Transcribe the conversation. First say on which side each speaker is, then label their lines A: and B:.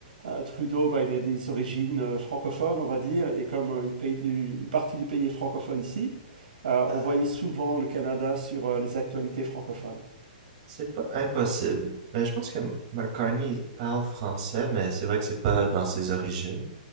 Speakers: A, on the right; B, on the right.
A: euh, Trudeau, bah, il a des origines euh, francophones, on va dire, et comme euh, une, pays du- une partie du pays est francophone ici, euh,
B: Euh,
A: on voyait souvent le Canada sur euh, les actualités francophones.
B: C'est pas impossible, mais je pense que McCartney parle français, mais c'est vrai que c'est pas dans ses origines.